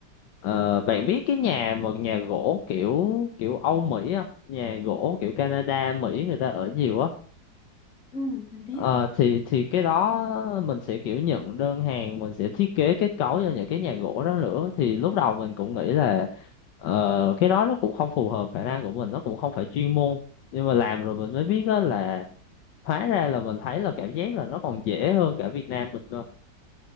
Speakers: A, on the left; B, on the left.
A: Ờ, bạn biết cái nhà một nhà gỗ kiểu kiểu Âu Mỹ không? Nhà gỗ kiểu Canada, Mỹ người ta ở nhiều á.
B: ừ, mình biết.
A: Ờ, thì thì cái đó mình sẽ kiểu nhận đơn hàng, mình sẽ thiết kế kết cấu cho những cái nhà gỗ đó nữa. Thì lúc đầu mình cũng nghĩ là ờ, cái đó nó cũng không phù hợp khả năng của mình, nó cũng không phải chuyên môn. Nhưng mà làm rồi mình mới biết á là hóa ra là mình thấy là cảm giác là nó còn dễ hơn cả Việt Nam mình cơ.